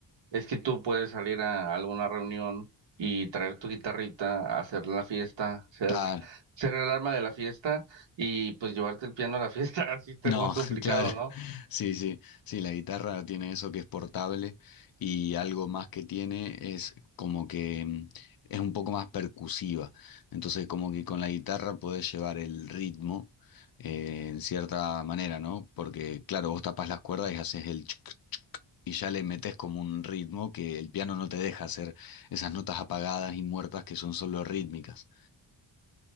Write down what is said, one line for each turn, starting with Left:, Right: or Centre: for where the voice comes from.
Right: Es que tú puedes salir a alguna reunión y traer tu guitarrita, hacer la fiesta, ser,
Left: Claro.
Right: ser el arma de la fiesta y pues llevarte el piano a la fiesta, <laughs> así está
Left: No,
Right: más complicado,
Left: <laughs> claro,
Right: ¿no?
Left: sí, sí, sí, la guitarra tiene eso que es portable y algo más que tiene es como que mm, es un poco más percusiva. Entonces, como que con la guitarra podés llevar el ritmo eh, en cierta manera, ¿no? Porque, claro, vos tapás las cuerdas y haces el chic, chic, y ya le metés como un ritmo que el piano no te deja hacer esas notas apagadas y muertas que son solo rítmicas.